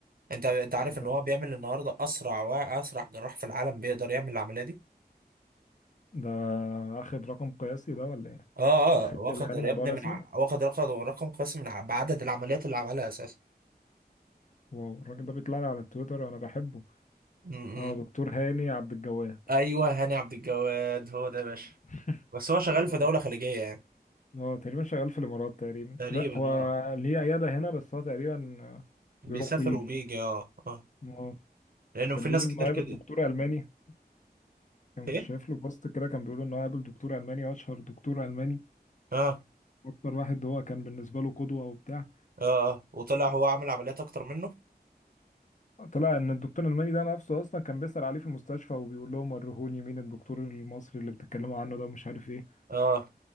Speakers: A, on the right (about 60°); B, on the left (about 50°).
A: انت انت عارف
B: <laughs>
A: ان هو بيعمل النهارده اسرع واسرع جراح في العالم بيقدر يعمل العملية دي
B: ده اخد رقم قياسي ده ولا ايه
A: اه
B: اوفيشال
A: اه واخد
B: يعني
A: يا
B: موضوع
A: ابني
B: رسمي
A: من ع- واخد رقم رقم قياسي من ع- بعدد العمليات اللي عملها اساسا
B: واو الراجل ده بيطلع لي على التويتر انا بحبه
A: م-
B: اه
A: م.
B: دكتور هاني عبد الجواد
A: ايوه هاني عبد الجواد هو ده يا باشا
B: <laughs>
A: بس هو شغال في
B: اه
A: دولة خليجية يعني
B: هو تقريبا شغال في الامارات تقريبا
A: تقريبا
B: لا هو
A: اه
B: ليه عياده هنا بس هو تقريبا
A: بيسافر
B: بيروح ويجي
A: وبيجي اه اه
B: اه
A: لانه
B: كان
A: في
B: بيقول
A: ناس
B: انه
A: كتير
B: قابل
A: كده
B: دكتور الماني كنت
A: ايه
B: شايف له بوست كده كان بيقول انه قابل دكتور الماني اشهر دكتور الماني
A: اه
B: اكتر واحد هو كان بالنسبه له قدوه وبتاع
A: اه اه وطلع هو عامل عمليات اكتر منه
B: طلع ان الدكتور الالماني ده نفسه اصلا كان بيسال عليه في المستشفى وبيقول لهم ورهوني مين الدكتور المصري اللي بتتكلموا عنه ده ومش عارف ايه
A: اه